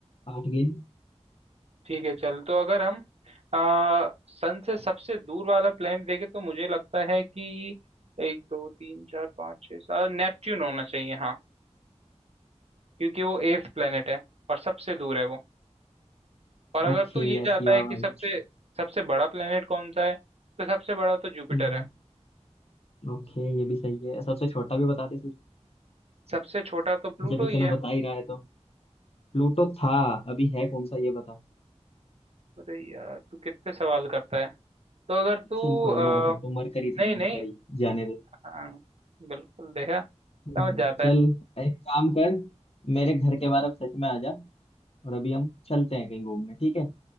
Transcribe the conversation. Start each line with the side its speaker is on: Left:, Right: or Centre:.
Left: आठ गिन
Right: ठीक है चल तो अगर हम आ, सन से सबसे दूर वाला प्लैनेट देखें तो मुझे लगता है कि एक दो तीन चार पाँच छः सात नेपच्यून होना चाहिए हाँ क्योंकि वो एर्थ प्लैनेट है और सबसे दूर है वो पर अगर
Left: Okay
Right: तू ये
Left: yes
Right: चाहता
Left: you are
Right: है कि
Left: right
Right: सबसे सबसे बड़ा प्लैनेट कौन सा है तो सबसे बड़ा तो जुपिटर
Left: Hmm
Right: है
Left: okay ये भी सही है सबसे छोटा भी बता दे फिर
Right: सबसे छोटा तो प्लूटो
Left: जब इतना
Right: ही है
Left: बता ही रहा है तो प्लूटो था अभी है कौन सा ये बता
Right: अरे यार तू कितने सवाल करता है तो अगर तू
Left: चल छोड़
Right: अ,
Left: मैं बताता हूँ मरकरी
Right: नहीं
Left: था मरकरी
Right: नहीं
Left: जाने दे
Right: हाँ बिल्कुल देखा
Left: हम्म,
Right: समझ जाता
Left: चल
Right: है
Left: एक काम कर मेरे घर के बाहर अब सच में आ जा और अभी हम चलते हैं कहीं घूमने ठीक है